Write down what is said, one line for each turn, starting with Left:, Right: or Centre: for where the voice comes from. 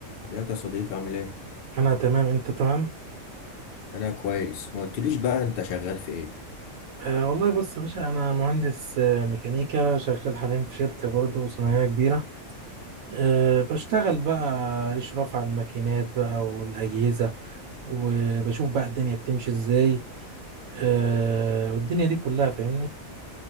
Left: ازيك يا صديقي عامل ايه؟
Right: انا تمام انت تمام
Left: انا كويس ما قلتليش بقى انت شغال في ايه؟
Right: أه والله بص يا باشا انا مهندس آه، ميكانيكا شغال حاليا في شركه برضه صناعيه كبيره أه بشتغل بقى اشراف على الماكينات بقى والاجهزه وبشوف بقى الدنيا بتمشي ازاي أه والدنيا دي كلها فاهمني